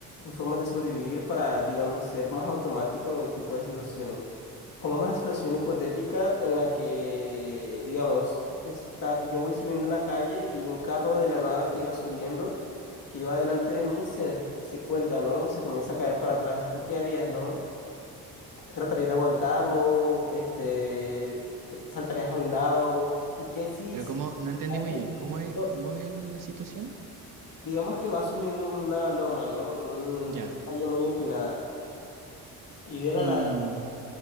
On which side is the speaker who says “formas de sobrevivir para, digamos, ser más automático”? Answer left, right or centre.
Left